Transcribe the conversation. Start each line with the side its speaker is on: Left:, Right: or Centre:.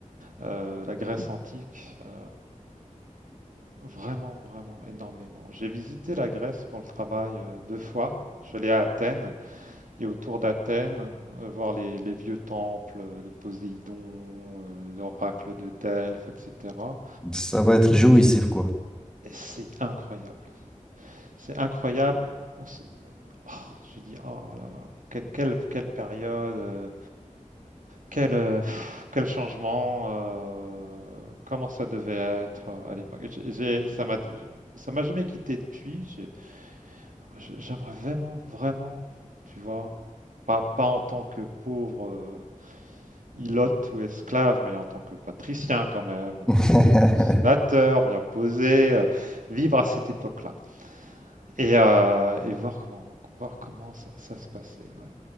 Right: euh, la Grèce antique, euh, vraiment, vraiment énormément. J'ai visité la Grèce pour le travail euh, deux fois. Je suis allé à Athènes et autour d'Athènes, euh, voir les, les vieux temples de Poséidon, euh, l'oracle de Delphes, etc.
Centre: Ça va être jouissif, quoi.
Right: Et c'est incroyable. C'est incroyable. On se... oh, je dis, oh là là, quelle, quelle, quelle période. euh, Quel, euh, pff, quel changement, euh, comment ça devait être euh, à l'époque. J'ai- j'ai- ça m'a, ça m'a jamais quitté depuis. J'ai- j'ai- J'aimerais vraiment, vraiment, tu vois, pas, pas en tant que pauvre euh, ilote ou esclave, mais en tant que patricien quand même, euh,
Centre: <laughs>
Right: sénateur, bien posé, euh, vivre à cette époque-là et, euh, et voir comment, voir comment ça, ça se passait. ouais.